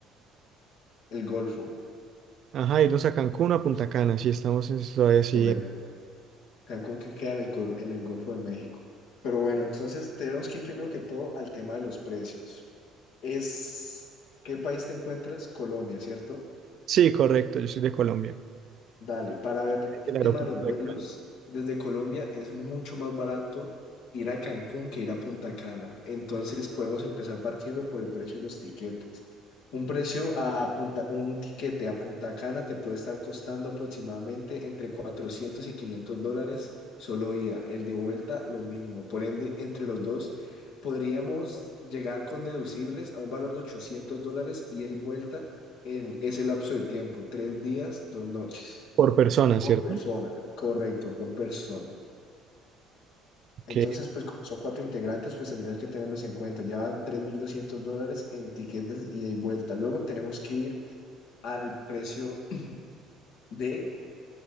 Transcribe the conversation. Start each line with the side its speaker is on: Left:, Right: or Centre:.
Left: el Golfo.
Right: Ajá, irnos a Cancún o a Punta Cana, si estamos en, todavía así.
Left: Correcto. Cancún que queda en el, col- en el Golfo de México. Pero bueno, entonces tenemos que ir primero que todo al tema de los precios. Es, ¿qué país te encuentras? Colombia, ¿cierto?
Right: Sí, correcto, yo soy de Colombia,
Left: Dale, para ver el
Right: del aeropuerto
Left: tema de los vuelos,
Right: de Cali,
Left: desde Colombia es mucho más barato ir a Cancún que ir a Punta Cana. Entonces podemos empezar partiendo por el precio de los tiquetes. Un precio a Punta, un tiquete a Punta Cana te puede estar costando aproximadamente entre 400 y 500 dólares solo ida. El de vuelta lo mismo. Por ende, entre los dos podríamos llegar con deducibles a un valor de 800 dólares ida y vuelta en ese lapso de tiempo, tres días, dos noches.
Right: por persona,
Left: Por
Right: ¿cierto?
Left: persona, correcto, por persona.
Right: Ok,
Left: Entonces, pues como son cuatro integrantes, pues tendrías que tenerlos en cuenta. Ya van 3.200 dólares en tiquetes ida y vuelta. Luego tenemos que ir al precio <clears throat> de